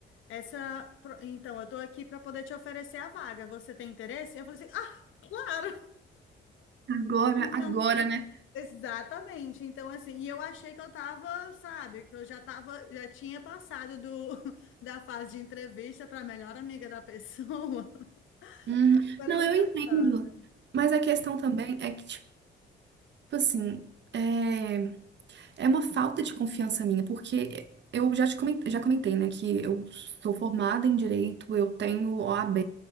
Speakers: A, on the left (about 80°); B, on the right (about 65°).
A: essa, pro- então, eu tô aqui para poder te oferecer a vaga, você tem interesse? Eu falei assim, <laughs> ah! claro."
B: Agora,
A: Então,
B: agora, né?
A: exatamente. Então, assim, e eu achei que eu tava, sabe, que eu já tava, já tinha passado do, <laughs> da fase de entrevista para melhor amiga da pessoa.
B: Hum,
A: <laughs> Era
B: não,
A: engraçado.
B: eu entendo. Mas a questão também é que, tipo assim, é, é uma falta de confiança minha, porque eu já te comentei, já comentei, né, que eu sou formada em direito, eu tenho o OAB,